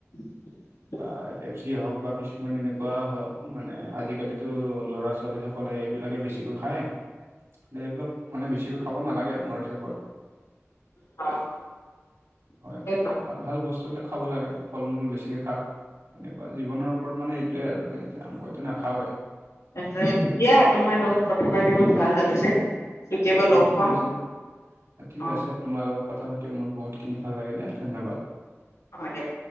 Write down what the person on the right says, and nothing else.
বা পেপছি হওক বা কিছুমান এনেকুৱা হওক মানে আজিকালিতো ল'ৰা ছোৱালীসকলে এইবিলাকে বেছিকৈ খায়, এইবিলাক মানে বেছিকৈ খাব নালাগে আমাৰ হিচাপত।
হয়,
ভাল ভাল বস্তুবিলাক খাব লাগে ফল মূল বেছিকে শাক। এনেকুৱা জীৱনৰ ওপৰত মানে এইটোৱেই আৰু মইতো নাখাৱে।
হয়
ঠিক
আছে ঠিক
আছে, তোমাৰ লগত কথা পাতিও মোৰ বহুতখিনি ভাল লাগিলে ধন্যবাদ।